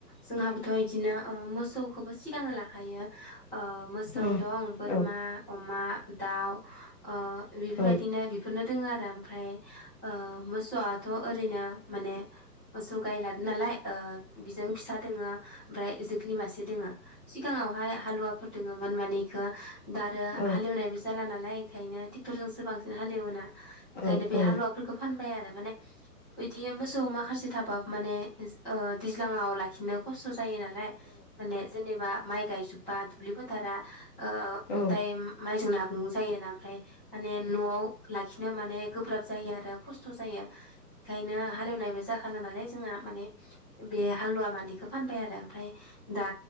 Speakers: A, in the centre; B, on the left.
A: जोंहाबोथ इदिनो ओ मोसौखौबो सिगाङो ला खायो ओ मोसौ
B: उम
A: दं बोरमा,
B: औ
A: अमा दाउ ओ बेफोरबायदिनो
B: औ
A: बेफोरनो दोङो आरो ओमफ्राय ओ मोसौआथ ओरैनो माने मोसौ गाय लादो नालाय ओ बिजोंनो फिसा दोङो। ओमफाय जोख्लि मासे दोङो। सिगाङावहाय हालुवाफोर दोङोम मोन माने इखो दा आरो
B: औ
A: हालेवनायबो जाला नालाय ओंखायनो ट्रेक्टरजोंसो बांसिन हालेवोना ओंखायनो
B: औ
A: बे
B: औ
A: हालुवाफोरखौ फानबाय आरो माने ओयदि मोसौ माखासे थाबा माने <unintelligible> ओ दैज्लाङाव लाखिनो खस्थ जायो नालाय माने जेनेबा माइ गायजोब्बा दुब्लि फोथारा ओ
B: औ
A: गथाय माइ जोंनो नआव जायोना आमफ्राय माने नआव लाखिनो माने गोब्राब जायो आरो खस्थ जायो बेखायनो हालेवनायबो जाखाला नालाय जोंहा माने बे हालुवा मानैखौ फानबाय आरो आमफ्राय दा